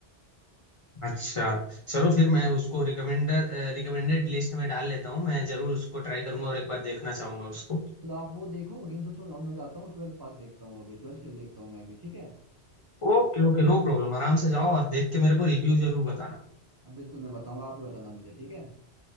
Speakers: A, on the left; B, on the right.
A: अच्छा चलो फिर मैं उसको रिकमेंड रिकमेंडेड लिस्ट में डाल लेता हूँ मैं जरूर उसको ट्राई करूंगा और एक बार देखना चाहूंगा उसको
B: तो आप वो देखो गेम्स ऑफ थ्रोन्स अब मैं जाता हूँ ट्वेल्थ पास देखता हूँ अभी ट्वेल्थ फेल देखता हूँ मैं अभी ठीक है
A: ओके ओके नो प्रॉब्लम आराम से जाओ और देख के मेरे को रिव्यू जरूर बताना
B: अब बिल्कुल मैं बताऊंगा आप ही बताना मुझे ठीक है